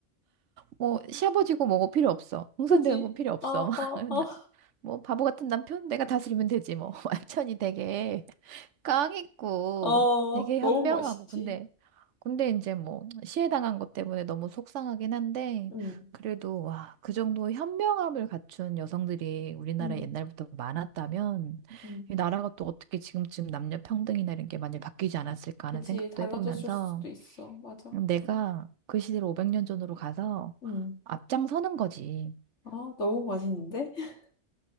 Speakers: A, on the right; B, on the left.
A: 뭐, 시아버지고 뭐고 필요 없어. 흥선대원군
B: 그지?
A: 필요 없어.
B: 어, 어,
A: <laughs> 막,
B: 어.
A: 나- 뭐, 바보 같은 남편? 내가 다스리면 되지, 뭐. <laughs> 완전히 되게. 깡 있고
B: 어,
A: 되게
B: 너무
A: 현명하고
B: 멋있지.
A: 근데 근데 이제 뭐 시해당한 것 때문에 너무 속상하긴 한데
B: 음,
A: 그래도 와, 그 정도 현명함을 갖춘 여성들이 우리나라에
B: 음,
A: 옛날부터 많았다면
B: 음.
A: 이 나라가 또 어떻게 지금쯤 남녀 평등이나 이런 게 많이 바뀌지 않았을까
B: 그지?
A: 하는 생각도
B: 달라졌을
A: 해보면서
B: 수도 있어. 맞아.
A: 내가 그 시대로 500년 전으로 가서
B: 음.
A: 앞장서는 거지.
B: 아, 너무 맛있는데? <laughs>